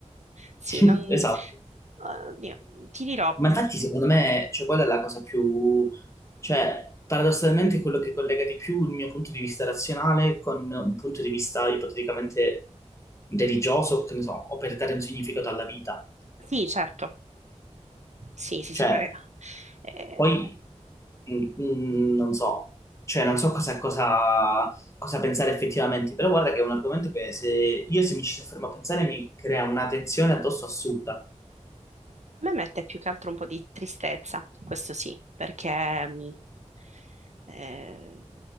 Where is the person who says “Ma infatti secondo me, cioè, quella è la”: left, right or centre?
Left